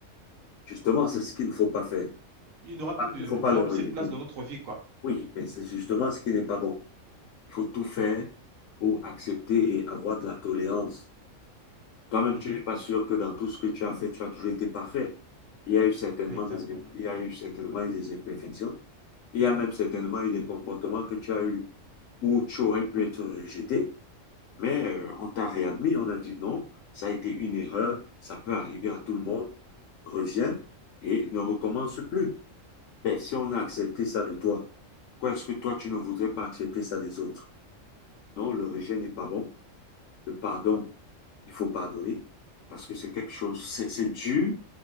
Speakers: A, on the left (about 70°); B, on the right (about 80°).
A: Justement, c'est ce qu'il ne faut pas faire.
B: Il n'aura plus
A: Il
B: de,
A: ne faut pas
B: genre,
A: le rejeter.
B: cette place dans notre vie, quoi.
A: Oui, mais c'est justement ce qui n'est pas bon. Il faut tout faire pour accepter et avoir de la tolérance. Toi-même,
B: Mhm.
A: tu n'es pas sûr que dans tout ce que tu as fait, tu as toujours été parfait. Il y a eu certainement
B: Exactement.
A: des, il y a eu certainement eu des imperfections. Il y a même certainement eu des comportements que tu as eu où tu aurais pu être rejeté. Mais euh, on t'a réadmis, on a dit non, ça a été une erreur, ça peut arriver à tout le monde. Reviens et ne recommence plus. Mais si on a accepté ça de toi, pourquoi est-ce que toi, tu ne voudrais pas accepter ça des autres? Non, le rejet n'est pas bon. Le pardon, il faut pardonner parce que c'est quelque chose, c'est c'est dur